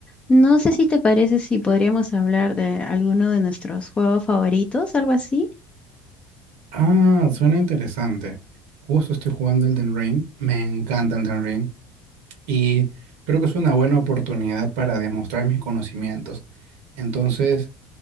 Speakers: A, on the left (about 20°); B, on the right (about 80°).
A: No sé si te parece si podríamos hablar de alguno de nuestros juegos favoritos, algo así.
B: Ah, suena interesante. Justo estoy jugando Elden Ring. Me encanta Elden Ring. Y creo que es una buena oportunidad para demostrar mis conocimientos. Entonces,